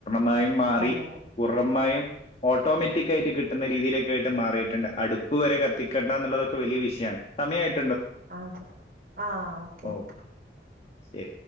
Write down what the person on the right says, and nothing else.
അതെ അതെ
അതെ ആഹ് ഓക്കെ
ഓക്കെ